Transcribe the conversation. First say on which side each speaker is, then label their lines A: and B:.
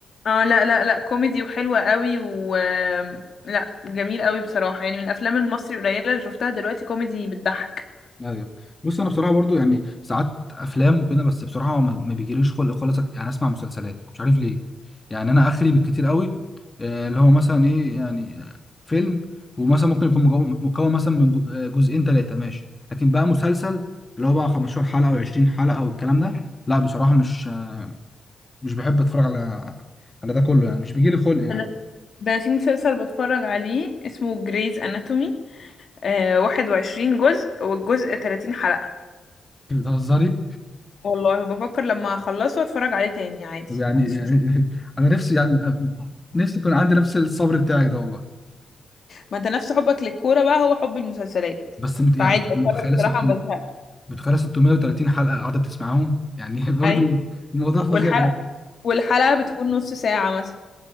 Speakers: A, on the left (about 55°); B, on the left (about 20°).
A: اه لا لا لا كوميدي وحلوه قوي و آم، لا جميل قوي بصراحه يعني من الافلام المصري القليله اللي شفتها دلوقتي كوميدي بتضحك
B: ايوه بص انا بصراحه برضو يعني ساعات افلام وكده بس بصراحه ما ما بيجيليش خلق خالص أك- يعني اسمع مسلسلات مش عارف ليه يعني انا اخري بالكتير قوي آه، اللي هو مثلا ايه يعني آه، فيلم ومثلا ممكن يكون مكون مكون مثلا من جو- آه، جزئين ثلاثه ماشي لكن بقى مسلسل اللي هو بقى 15 حلقه او 20 حلقه او الكلام ده لا بصراحه مش آه، مش بحب اتفرج على على ده كله يعني مش بيجيلي خلق يعني
A: انا ده أنا في مسلسل بتفرج عليه اسمه جريز اناتومي آه 21 جزء والجزء 30 حلقه
B: بتهزري
A: والله بفكر لما اخلصه اتفرج عليه تاني عادي
B: طب يعني
A: ما عنديش مشكله
B: <laughs> انا نفسي يعني آه، نفسي يكون عندي نفس الصبر بتاعك ده والله
A: ما انت نفس حبك للكورة بقى هو حب المسلسلات
B: بس مت- يعني
A: فعادي بتفرج
B: متخيله
A: بصراحة
B: ست-
A: ما بزهقش
B: متخيله 630 حلقه قاعده بتسمعهم يعني <laughs> برضو
A: ايوه
B: الموضوع فظيع
A: والحلقة
B: أوي.
A: والحلقة بتكون نص ساعة مثلا